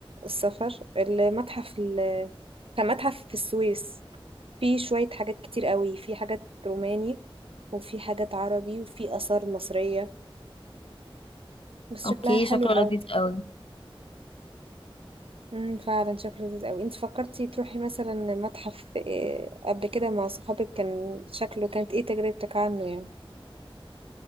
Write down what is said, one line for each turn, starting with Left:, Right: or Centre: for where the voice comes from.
Right: السفر المتحف ال- كان متحف في السويس فيه شوية حاجات كتير قوي فيه حاجات روماني وفي حاجات عربي وفي آثار مصرية بس
Left: اوكي
Right: شكلها حلو
Left: شكله
Right: قوي
Left: لذيذ قوي
Right: امم فعلا شكله لذيذ قوي انت فكرتي تروحي مثلا متحف إيه قبل كده مع صحابك كان شكله كانت ايه تجربتك عنه يعني